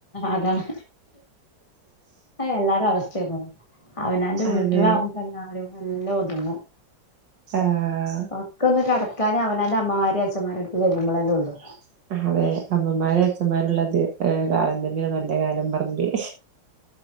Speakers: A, on the left; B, on the right.
A: അതാണ്. എല്ലാരേം അവസ്ഥയതാണ്. അവനോന്റെ വീട്ടിലാവുമ്പോ
B: അതെ
A: എല്ലാരും എല്ലാ ഒതുങ്ങും.
B: ആഹ്
A: ഒക്കെ ഒന്ന് കെടക്കാന് അവനാൻ്റെ അമ്മമാരേം അച്ഛന്മാരേം എടുത്ത് ചെല്ലുമ്പളെല്ലേ ള്ളു
B: അതെ <unintelligible> അതെ അമ്മമാരും അച്ഛന്മാരും ഉള്ളത് ഏ കാലം തന്നെയാണ് നല്ല കാലം പറഞ്ഞില്ലേ